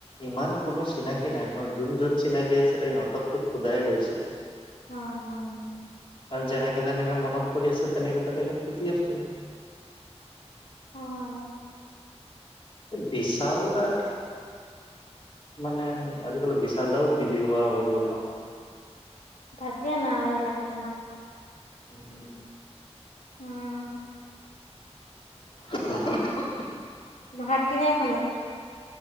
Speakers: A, on the left (about 50°); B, on the left (about 85°).
A: ইমান কোনো চিনাকি নাই ন, যোন যোন চিনাকি আছে সিহঁতকতো সোধাই গৈছে।
B: হয়, হয়, হয়।
A: আৰু যেনেকে যেনেকে মনত পৰি আছে। তেনেকে তেনেকে সুধি আছো।
B: উম।
A: এই বিশাল তাৰ মানে আজিকালি বিশচালদাও বিজি হোৱা হৈ গ'ল ন?
B: বাদ দিয়া না এইবিলাক কথা।
A: উম।
B: উম।
A: অহ হ উহু।
B: ভাত কিহেৰে খালা?